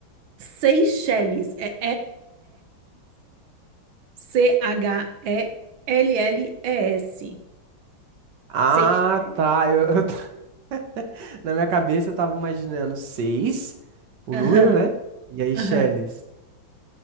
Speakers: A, on the right (about 80°); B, on the right (about 65°).
A: Seychelles é S-E-Y-C-H-E-L-L-E-S.
B: Ah,
A: Seychelles.
B: tá. Eu, eu t- <laughs> Na minha cabeça eu tava imaginando seis, o
A: Aham,
B: número, né? E aí,
A: aham.
B: Seychelles.